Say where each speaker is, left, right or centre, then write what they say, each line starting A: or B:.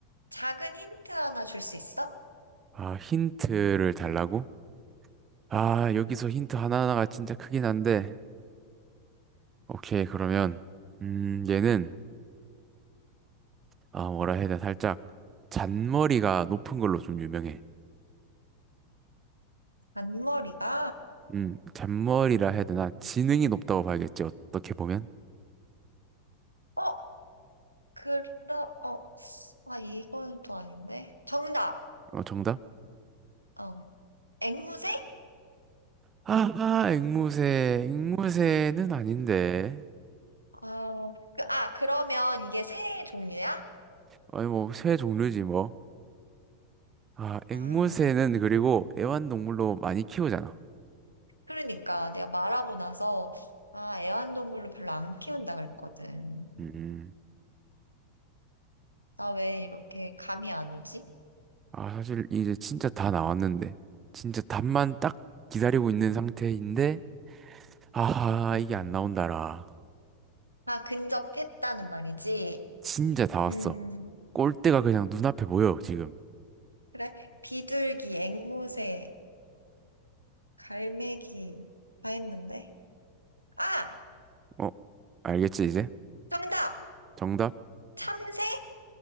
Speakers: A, on the right (about 85°); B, on the right (about 25°).
A: 작은 힌트 하나 줄 수 있어?
B: 아, 힌트를 달라고? 아, 여기서 힌트 하나하나가 진짜 크긴 한데. 오케이, 그러면, 음, 얘는 아, 뭐라 해야 되나, 살짝 잔머리가 높은 걸로 좀 유명해.
A: 앞머리가,
B: 음, 잔머리라 해야 되나, 지능이 높다고 봐야겠지, 어떻게 보면.
A: 어, 그러, 어, 아, 이건 또 아닌데. 정답!
B: 어, 정답?
A: 어, 앵무새?
B: 아, 아, 앵무새, 앵무새는 아닌데.
A: 어, 그, 아, 그러면 이게 새 종류야?
B: 아니, 뭐, 새 종류지, 뭐. 아,
A: 아,
B: 앵무새는 그리고 애완동물로 많이 키우잖아.
A: 그러니까 내가 말하고 나서, 아, 애완동물로 별로 안 키운다 그랬거든.
B: 음,
A: 나 왜 이렇게 감이 안 오지?
B: 아, 사실 이제 진짜 다 나왔는데. 진짜 답만 딱 기다리고 있는 상태인데, 아하, 이게 안 나온다라.
A: 아, 근접했다는 말이지?
B: 진짜 다 왔어.
A: 음.
B: 꼴대가 그냥 눈앞에 보여, 지금.
A: 그래? 비둘기, 앵무새, 갈매기 다 했는데? 아!
B: 어, 알겠지, 이제?
A: 정답!
B: 정답?
A: 참새?